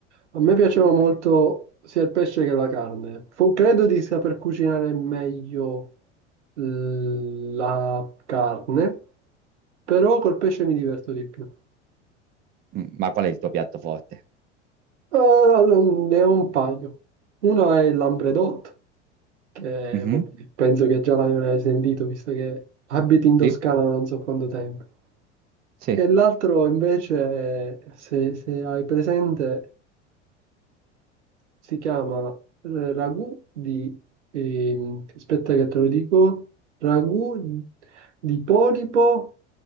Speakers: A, on the right (about 75°); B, on the right (about 25°).
A: a me piaceva molto sia il pesce che la carne. Fo- credo di saper cucinare meglio eh, la carne, però col pesce mi diverto di più.
B: Mm. Ma qual è il tuo piatto forte?
A: Eh, allora, ne ho un paio. Uno è il lambredotto che
B: Mhm.
A: boh, penso che già l'avrai sentito, visto che abiti in Toscana
B: Sì,
A: da non so quanto tempo.
B: sì.
A: E l'altro invece, se, se hai presente, si chiama eh, ragù di, ehm, aspetta che te lo dico, ragù di polipo,